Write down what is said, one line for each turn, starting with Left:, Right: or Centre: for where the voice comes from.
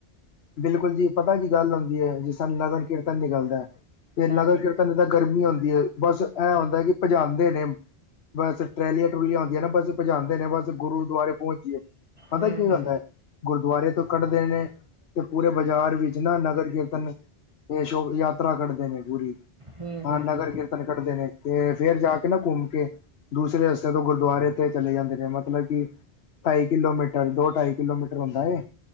Left: ਬਿਲਕੁਲ ਜੀ ਪਤਾ ਕੀ ਗੱਲ ਹੁੰਦੀ ਏ ਜਿਸ ਤਰਾਂ ਨਗਰ ਕੀਰਤਨ ਨਿਕਲਦਾ ਤੇ
Right: ਹਾਂਜੀ,
Left: ਨਗਰ ਕੀਰਤਨ ਗਰਮੀ ਹੋਦੀ ਹੈ ਬਸ ਐ
Right: ਹਾਂ,
Left: ਹੁੰਦਾ ਕਿ ਭਜਾਦੇ ਨੇ। ਬਸ ਟਰੈਲੀਆਂ ਟਰੂਲੀਆਂ ਹੁੰਦੀਆਂ ਨਾ ਬਸ ਭਜਾਂਦੇ ਨੇ ਬਸ ਗੁਰੂਦੁਆਰੇ ਪਹੁੰਚੀਏ। ਪਤਾ
Right: ਹੂੰ-ਹੂੰ,
Left: ਕੀ ਹੁੰਦਾ ਏ ਗੁਰਦੁਆਰੇ ਤੋਂ ਕੱਢ ਨੇ ਤੇ ਪੂਰੇ ਬਾਜ਼ਾਰ ਵਿੱਚ ਨਾ ਨਗਰ ਕੀਰਤਨ ਇਹ ਸ਼ੋਭ ਯਾਤਰਾ ਕਰਦੇ ਨੇ ਪੂਰੀ
Right: ਹੂੰ-ਹੂੰ,
Left: ਹਾਂ ਨਗਰ ਕੀ ਕੱਢਦੇ ਨੇ ਤੇ ਫੇਰ ਜਾ ਕੇ ਨਾ ਘੁੰਮ ਕੇ ਦੂਸਰੇ ਰਸਤੇ ਤੋਂ ਗੁਰਦੁਆਰੇ ਤੇ ਚਲੇ ਜਾਂਦੇ ਨੇ ਮਤਲਬ ਕਿ ਢਾਈ ਕਿਲੋਮੀਟਰ ਦੋ ਢਾਈ ਕਿਲੋਮੀਟਰ ਹੁੰਦਾ ਏ